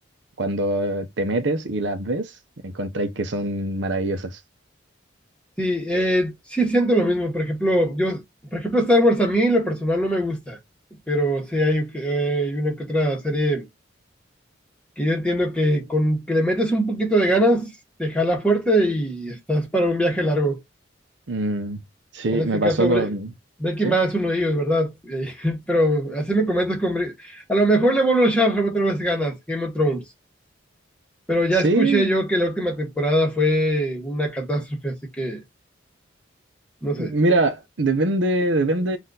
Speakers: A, on the right; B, in the centre.
A: cuando te metes y las ves, encontráis que son maravillosas.
B: Sí, eh, sí siento lo mismo. Por ejemplo, yo, por ejemplo, Star Wars a mí en lo personal no me gusta, pero sí hay, eh, hay una que otra serie que yo entiendo que con que le metes un poquito de ganas, te jala fuerte y estás para un viaje largo.
A: Mm, sí,
B: En este
A: me
B: caso,
A: pasó con...
B: Bre Breaking
A: ¿Sí?
B: Bad es uno de ellos, ¿verdad? Eh, <laughs> pero así me comentas con... Bre- A lo mejor le vuelvo a echar otra vez ganas, Game of Thrones. Pero ya
A: Sí,
B: escuché yo que la última temporada fue una catástrofe, así que no sé.
A: Mira, depende, depende